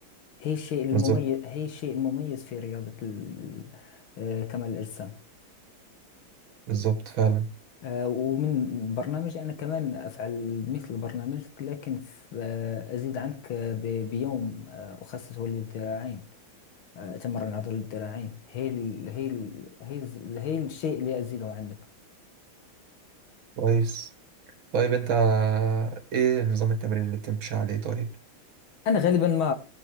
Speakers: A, on the left; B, on the right.
A: هي الشيء المميز
B: بالظبط
A: هي الشيء المميز في رياضة ال... آه، كمال الأجسام
B: بالظبط فعلا
A: آه، ومن برنامجي أنا كمان أفعل مثل برنامجك لكن ف- آه، أزيد عنك آه، ب... بيوم آه، أخصصه للذراعين آه، تمرن العضلة الذراعين هي ال هي ال هي ال هي الشيء اللي أزيده عندك
B: كويس طيب أنت إيه نظام التمرين اللي بتمشي عليه طيب؟
A: أنا غالبا ما